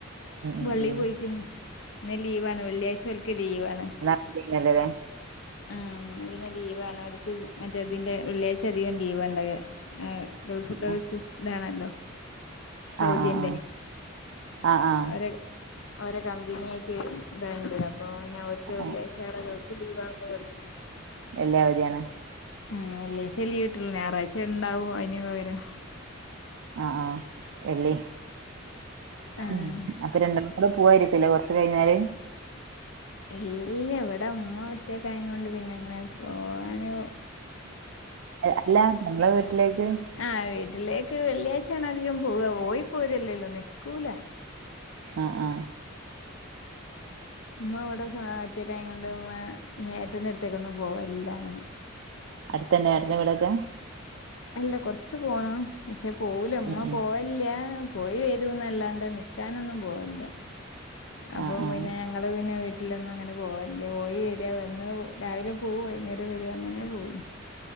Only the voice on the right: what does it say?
ഉം
ഉം
ലീവാണ് ലെ
ആഹ്
ആഹ് ആഹ് ആഹ് ആഹ്
ആഹ്
വെള്ളി അവധിയാണ്
ആഹ് ആഹ് വെള്ളി
ഉം അപ്പ രണ്ടെണ്ണം ടെ പൂവായ്രിക്കുലെ കൊർച്ച് കയ്ഞ്ഞാല്
അൽ അല്ലാ നിങ്ങെളെ വീട്ട്ലേക്ക്
ആഹ് ആഹ്
അട്ത്തെന്നെ ഏട്ടെന്റെ വീടൊക്കെ
ഉം ഉം
ആ ആ ആ